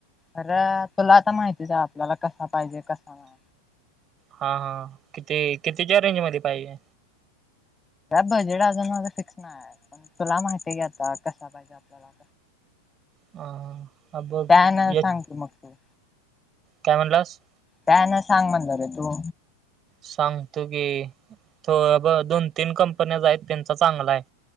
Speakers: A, on the left (about 15°); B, on the right (about 30°).
A: अरे तुला आता माहितीच आपल्याला कसा पाहिजे कसा नाही.
B: हा हा किती कितीच्या रेंज मध्ये पाहिजे
A: बजेट अजून माझ फिक्स नाही आहे पण तुला माहिती आहे के आता कस पाहिजे आपला.
B: हा हा बघ
A: त्या हेन
B: एक
A: सांगते मग तू.
B: काय म्हणालास.
A: त्या हे ना सांग म्हणलं रे तु.
B: सांगतो की अब दोन तीन कंपन्याज आहेत त्यांचा चांगला आहे.